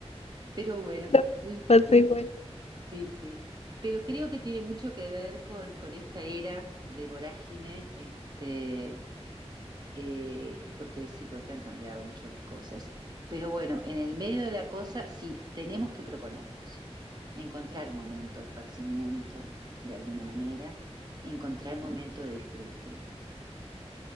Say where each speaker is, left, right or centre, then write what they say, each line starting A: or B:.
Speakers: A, on the right; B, on the left.
A: Pero bueno,
B: no,
A: l-
B: pasa igual.
A: sí, sí. Pero creo que tiene mucho que ver con, con esta era de vorágine, este, eh, porque sí, porque han cambiado mucho las cosas. Pero bueno, en el medio de la cosa sí tenemos que proponernos, encontrar un momento de esparcimiento, de alguna manera, encontrar un momento de disfrute.